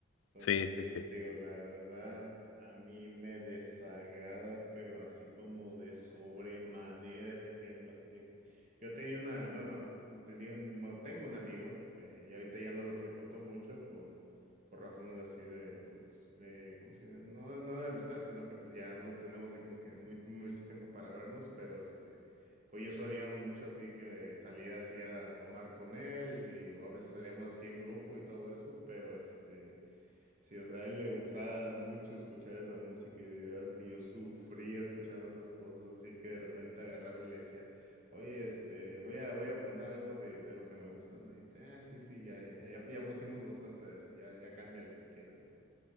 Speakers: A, on the right; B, on the left.
A: Pues
B: sí,
A: a mí,
B: sí, sí.
A: te digo, la verdad, a mí me desagrada, pero así como de sobremanera ese género, así de que yo tenía una, bueno, tenía un- bueno, tengo un amigo, eh, y ahorita ya no lo frecuento mucho por, por razones así de, pues, de, ¿cómo se dice? No, no de amistad, sino que pues ya no tenemos así como que muy, mucho tiempo para vernos, pero este, pues yo solía mucho así que salir así a tomar con él, y o a veces salíamos así en grupo y todo eso, pero este... Sí, o sea, a él le gustaba mucho escuchar esa música y de verdad es que yo sufría escuchando esas cosas, así que de repente agarraba y le decía, oye, este, voy a, voy a poner algo de, de lo que me gusta, ¿no? Y dice, ah, sí, sí, ya, ya, ya, ya pusimos bastante de eso, ya, ya cámbiale si quieres, ¿no?